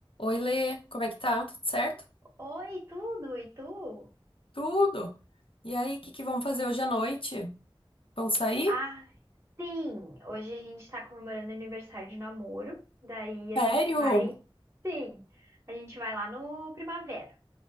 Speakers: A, on the left; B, on the right.
A: Oi, Lê, como é que tá? Tudo certo?
B: Oi, tudo? E tu?
A: Tudo. E aí, o que que vão fazer hoje à noite? Vão sair?
B: Ah, sim! Hoje a gente tá comemorando o aniversário de namoro. Daí a
A: Sério?
B: gente vai. Sim! A gente vai lá no Primavera.